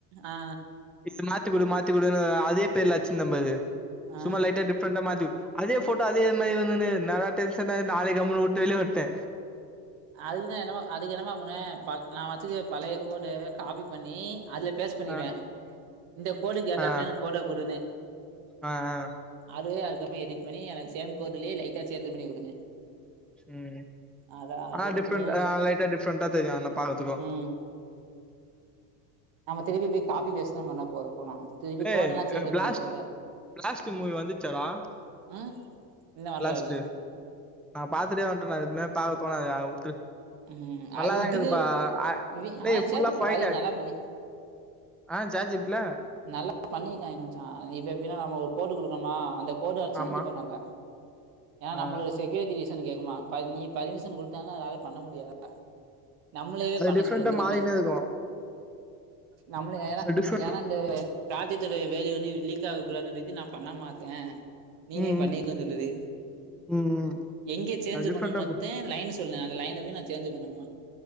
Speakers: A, on the right; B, in the centre.
A: ஆ
B: இது மாத்திகுடு மாத்திகுடுன்னு அதே பேர்ல அச்சிந்த பாரு
A: ஆ
B: சும்மா லைட்டா டிப் ஃபிரண்ட மாத்தி அதே போட்டோ அதே மாரி வந்துனு நல்லா டென்ஷ நாளைக்கு கம்மு வுட்டு வெளிய வன்டே
A: அதுக்குதா என்னமோ அ அதுக்கு என்னமா பண்ணுவே ப நா வச் வச்சிகிர்து பழைய கோடு காப்பி பண்ணி அதில பேஸ் பண்ணிருவே
B: ஆ
A: இந்த கோடுக்கு ஏத்தாப்புல
B: ஆ
A: எனக்கு கோட குடுன்னு
B: ஆ ஆ
A: அது அதுக்கப்ற எடிட் பண்ணி எனக்கு சேம் கோட்யே லைட்டா சேஞ் பண்ணி குடுங்க
B: ம்
A: அத அது
B: ஆனா
A: இப்டிதா
B: டிப்ரெண்ட்
A: யூஸ்
B: ஆ லைட்டா டிஃப்ரெண்டா தெரியு அண்ண பாக்கத்துக்கு
A: ம் நம்ம திருப்பி போய் காப்பி பேஸ்ட் தா பண்ண போறே போனாங்க திருப்பி
B: ஏய்
A: கோடுல்லா சேஞ்ச்
B: பிளாஸ்ட்
A: பண்ண தேவயில்ல
B: பிளாஸ்ட் மூவி வந்துச்சாடா
A: ம் இன்னோ வரல
B: பிளாஸ்ட்
A: வரல
B: நா பாத்துட்டே வந்துட்டண்டா இதுக்மே பாக்க தோணாதுடா உட்ரு
A: ம்
B: நல்லாதாங்க
A: அது இதுலயே
B: இருப்பா அ
A: இவி
B: டேய்
A: ஆனா
B: ஃபுல்லா
A: சேத்தி
B: ஃபைட்
A: பாதி
B: ஆயி
A: நல்லா பண்ணி
B: ஆ ஜாட்ஜிப்ட்ல
A: நல்லா பண்ணிக்கா மச்சான் இப்ப எப்பின்னா நம்ம ஒரு கோடு குடுக்கணுமா அந்த கோடு சேஞ்சு
B: ஆமா
A: பண்ணல ஏன்னா
B: ஆ
A: நம்மளுக்கு செக்யூரிட்டி ரீசன் கேட்கமா ப நீ பர்மிஷன் குடுத்தாலு அதனால பண்ண முடியாதா நம்மளயே
B: அது
A: பண்ண
B: டிஃப்ரெண்டா
A: சொல்லு திருப்பி
B: மாறினே இருக்கு
A: நம்மள ஏன்னா இங்க
B: டிஃப்ரெண்ட்
A: ஏன்னா இந்த ப்ராஜெக்ட் வா வால்யூ வந்து லீக் அகக்கூடதுனு நா பண்ண மாட்டே நீனே
B: ம்
A: பண்ணிக்கோ
B: ம்
A: சொல்லிது
B: ம் ம்
A: எங்க சேஞ்சு
B: அது டிஃப்ரெண்டா
A: பண்ண மத்த லைன்ஸ் இப்ப நா லையனுக்கு நா சேஞ் பண்ணு